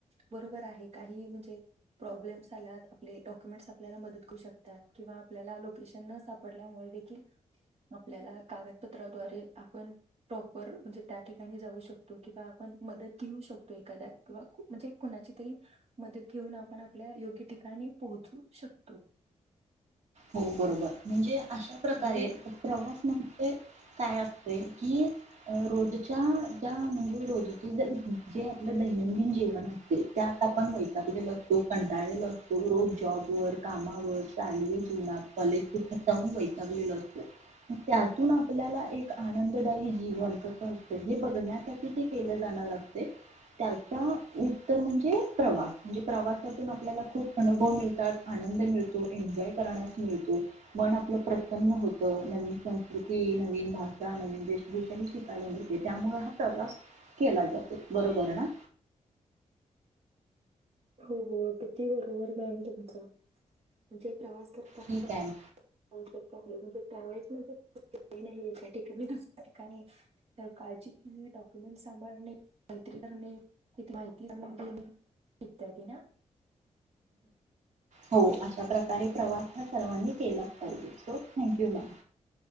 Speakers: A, on the right (about 60°); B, on the right (about 75°).
A: बरोबर आहे काही म्हणजे प्रॉब्लेम्स आलात आपले डॉक्युमेंटस आपल्याला मदत करू शकतात किंवा आपल्याला लोकेशन न सापडल्यामुळे देखील आपल्याला कागदपत्राद्वारे आपण प्रॉपर म्हणजे त्या ठिकाणी जाऊ शकतो किंवा आपण मदत घेऊ शकतो एखाद्या किंवा म्हणजे कुणाची तरी मदत घेऊन आपण आपल्या योग्य ठिकाणी पोहचू शकतो.
B: हो बरोबर म्हणजे अशा प्रकारे
A: म्हणजे
B: प्रवास म्हणजे काय असतय की, रोजच्या ज्या म्हणजे रोज ज जे आपलं दैनंदिन जीवन असते ते आता आपण वैतातगलेलो तो कंटाळलेला असतो रोज जॉबवर कामावर चालू <inaudible> जाऊन कॉलेजला जाऊन वैतागलेला असतो त्यातून आपल्याला एक आनंददायी जीवन कस असत हे बघण्यासाठी ते केलं जाणार असते त्याचा उत्तर म्हणजे प्रवास म्हणजे प्रवासातून आपल्याला खूप अनुभव मिळतात आनंद मिळतो एन्जॉय करण्यास मिळतो मन आपलं प्रसन्न होतं नवीन संस्कृती नवीन भाषा नवीन देशभूषा ह शिकायला मिळते त्यामुळे हा प्रवास केला जातो बरोबर ना?
A: हो हो अगदी बरोबर मॅम तुमच म्हणजे प्रवास करताना
B: ठीक आहे ना?
A: <unintelligible> म्हणजे एका ठिकाणी दुसऱ्या ठिकाणी तर काळजी घेणे डॉक्युमेंट सांभाळणे मैत्री करणे <unintelligible> माहिती घेणे इत्यादी ना?
B: हो अशा प्रकारे प्रवास हा सर्वांनी केलाच पाहिजे so thank you ma'am